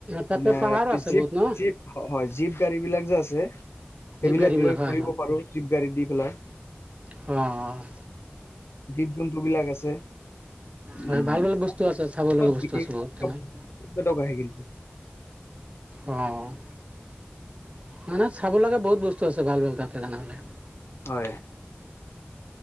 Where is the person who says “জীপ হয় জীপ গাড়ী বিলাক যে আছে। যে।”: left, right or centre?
Left